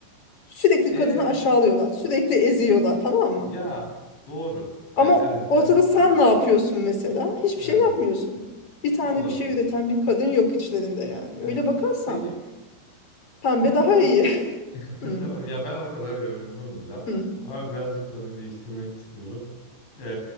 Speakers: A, on the left (about 30°); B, on the left (about 70°).
A: Sürekli
B: E,
A: kadını aşağılıyorlar. Sürekli eziyorlar tamam mı?
B: ya doğru.
A: Ama
B: Ya evet
A: ortada
B: evet.
A: sen
B: Yani,
A: ne yapıyorsun mesela? Hiçbir
B: Evet.
A: şey yapmıyorsun. Bir tane
B: O da
A: bir şey
B: doğru.
A: üreten bir kadın yok içlerinde yani.
B: Ya
A: Öyle bakarsan
B: peki
A: pembe
B: peki
A: daha
B: ben
A: iyi.
B: <laughs>
A: <laughs> Hı,
B: Ya ben o kadar yorum yapamayacağım.
A: hı.
B: Ama birazcık konuyu değiştirmek istiyorum. Ee,